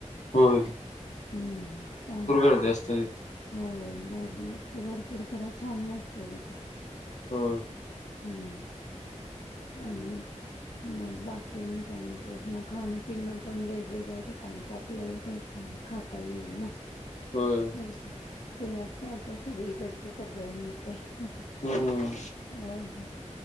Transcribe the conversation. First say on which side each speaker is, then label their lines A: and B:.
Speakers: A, on the left; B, on the left.
A: होय.
B: हम्म त्याम
A: कधी आश्चरीत
B: होय गर्दी असते भरपूर खरं छान वाटत तिथं.
A: होय.
B: हम्म आणि? मग बाकी आणि काय म्हणतोयस? मग खाणं पिणं पण वेगवेगळ्या ठिकाणचं आपल्याला काय काय खाता येईल ना?
A: होय.
B: होय की पुण्यात काय आता सगळीकडचं सगळं मिळतेय.
A: हम्म.
B: होय होय.